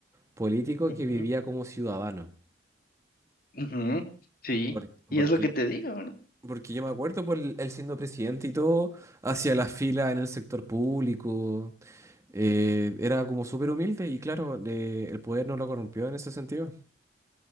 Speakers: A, on the right (about 15°); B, on the left (about 50°).
A: político
B: ujú,
A: que vivía como ciudadano.
B: ujú, Sí,
A: Por- Porque,
B: y es lo que te digo, ¿no?
A: Porque yo me acuerdo por el- él siendo presidente y todo, hacia la fila en el sector público, eh, era como súper humilde y claro, eh, el poder no lo corrompió en ese sentido.